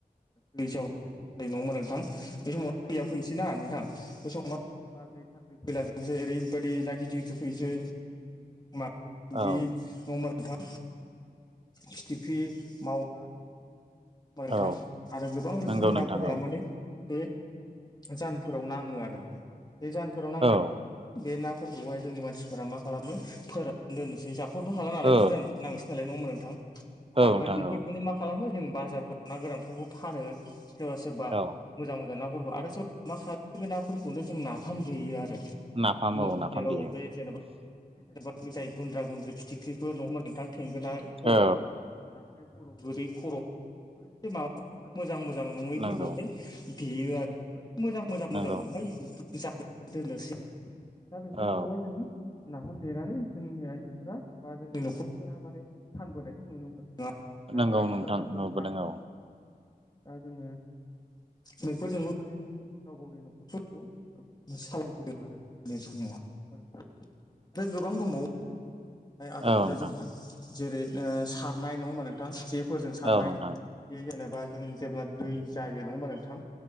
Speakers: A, on the left (about 25°); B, on the right (about 35°).
A: दै जावरिनाय नङा होनबा नोंथां? बे समाव दैया फैनोसै ना नोंथां बे समाव मा <unintelligible> फैला जोबनोसै ओरैबायदि ना गिदिर गिदिर फैसै मागुर सिंगि
B: औ
A: नङा होनबा नोंथां फिथिफ्रि मावा नोंथां
B: औ
A: आरो गोबां रोखोमनि
B: नंगौ नोंथां
A: नाफोरा
B: औ
A: माने बे जानफोराव नाङो आरो बे जानफोराव नांनानै
B: औ
A: बे नाफोरखौहाय जोंनि मानसिफोरा मा खालामो फोराननानै दोननोसै जाख'नोथ' हाला नालाय
B: औ
A: बुरजानो नांसै नालाय नङमोन नोंथां
B: औ
A: ओमफ्राय
B: नोंथां
A: बेफोरखौनो
B: औ
A: मा। खालामो जों बाजारफोराव ना गोरानफोरखौ फानो सोरबा सोरबा
B: औ
A: मोजां मोजां नाफोरखौ आरो सोर सोर मा खालामो बे नाफोरखौनो जों नाफामदेयो आरो। <unintelligible>
B: नाफाम औ नाफाम देयो
A: जेनेबा <unintelligible> जाय गुन्द्रा गुन्द्रि फिथिख्रिबो नङा होनबा नोंथां थेंगोना खर'
B: औ
A: नास्राय खर' गोरै खर' बेफोर एसे माबाफोरखौहाय मोजां मोजां नङैफोरखौहाय।
B: नंगौ
A: बेयो आरो ओमफ्राय मोजां मोजां
B: नंगौ
A: मोजाङावहाय जानो थाखाय दोननोसै आरो। दा बेफोरखौहाय
B: औ
A: जोङो। नाफाम देनानै जोंनि आइजोफोरा बा जोंनि न'खरफोरा माने फानबोनायखौ नुनो मोनदों आरो। ना
B: नंगौ
A: गोरानफोराथ'
B: नोंथां
A: जोबोद
B: नुबोदों
A: <unintelligible>
B: औ
A: दा जोङो। बेफोरजोंबो माने गाव गावनि न'खरफोरखौ। सालायबोदों आरो गोदोनि समावहाय। आरो गोबां दङ आदबफोरा
B: औ नोंथां
A: जोंहा जेरै सारनाय नङा होनबा। नोंथां जेफोरजों सारनाय
B: औ नोंथां
A: जे जेनेबा जों जेब्ला दै जायो नङा होमबा नोंथां।